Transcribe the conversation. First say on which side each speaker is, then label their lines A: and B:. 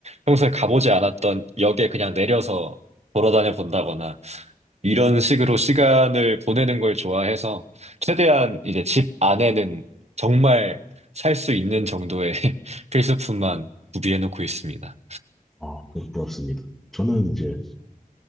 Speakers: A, on the right (about 45°); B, in the centre.
A: 평소에 가보지 않았던 역에 그냥 내려서 걸어다녀 본다거나 이런 식으로 시간을 보내는 걸 좋아해서 최대한 이제 집 안에는 정말 살 수 있는 정도의 <laughs> 필수품만 구비해 놓고 있습니다.
B: 아, 그건 부럽습니다. 저는 이제